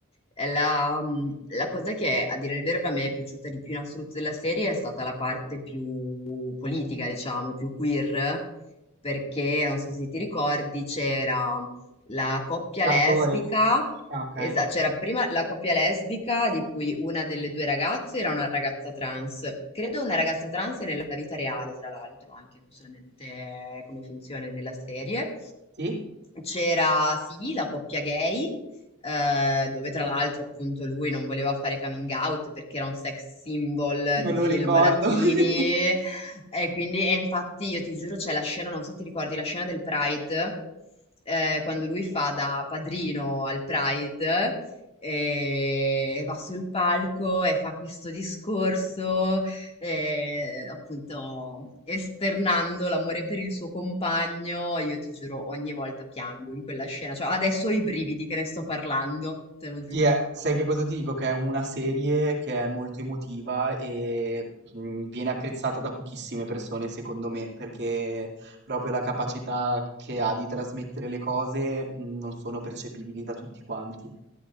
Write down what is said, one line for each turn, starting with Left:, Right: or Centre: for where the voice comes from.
Left: è la, mm, la cosa che a dire il vero a me è piaciuta di più in assoluto della serie è stata la parte più politica, diciamo, più queer, perché non so se ti ricordi, c'era la coppia
Right: l'attore.
Left: lesbica
Right: Ah, ok.
Left: Esatto, c'era prima la coppia lesbica di cui una delle due ragazze era una ragazza trans. Credo una ragazza trans nella vita reale, tra l'altro, anche non solamente come finzione nella serie.
Right: Sì,
Left: C'era, sì, la coppia gay, eh, dove tra l'altro appunto lui non voleva fare coming out perché era un sex symbol
Right: me
Left: di
Right: lo
Left: film
Right: ricordo.
Left: latini
Right: <laughs>
Left: e quindi, e infatti io ti giuro c'è la scena, non so se ti ricordi, la scena del Pride, eh, quando lui fa da padrino al Pride e e va sul palco e fa questo discorso e, appunto, esternando l'amore per il suo compagno, io ti giuro, ogni volta piango in quella scena. Cioè, adesso ho i brividi che ne sto parlando, te lo giuro.
Right: Sì, è- sai che cosa ti dico? Che è una serie che è molto emotiva e mm, viene apprezzata da pochissime persone, secondo me, perché proprio la capacità che ha di trasmettere le cose mm, non sono percepibili da tutti quanti.